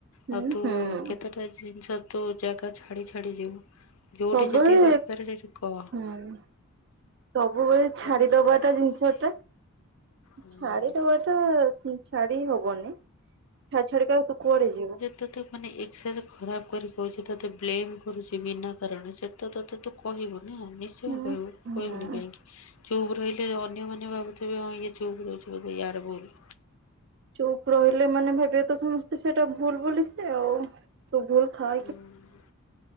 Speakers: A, on the right; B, on the left.
A: ହୁଁ
B: ଆଉ ତୁ
A: ହୁଁ।
B: କେତେଟା ଜିନିଷ ତୋ ଜାଗା ଛାଡି ଛାଡି ଯିବୁ। ଯୋଉଠି
A: ସବୁବେଳେ
B: ଯେତିକି ଦରକାର ସେଠି କ
A: ହୁଁ। ସବୁବେଳେ ଛାଡି
B: ମୁଁ
A: ଦବାଟା
B: ଷ୍ଟାର୍ଟ କରିଦେଇଛି।
A: ଜିନିଷ ଟା।
B: ହୁଁ।
A: ଛାଡିଦବାଟା ଛାଡି ହବନି। ଛାଡି ଛାଡିକା ତୁ କୁଆଡେ ଯିବୁ?
B: ତତେ ମାନେ ଏକ୍ସସ ଖରାପ କରି କହୁଛି ତୋତେ ବ୍ଲେମ କରୁଛି ବିନା କାରଣ ସେଠିତ ତତେତ କହିବୁ ନା ନିଶ୍ଚୟ
A: ହୁଁ
B: କହିବୁ
A: ହୁଁ।
B: କହିବୁନି କାହିଁକି? ଚୁପ୍ ରହିଲେ ଅନ୍ୟମାନେ ଭାବୁଥିବେ ହଁ ଇଏ ଚୁପ ରହୁଛି ବୋଧେ ଏହାର ଭୁଲ।
A: ଚୁପ ରହିଲେ ମାନେ ଭାବିବେ ତ ସମସ୍ତେ ସେଟା ଭୁଲ ବୋଲି ସେ ଆଉ। ତୁ ଭୁଲ ଥା
B: ଉଁହୁଁ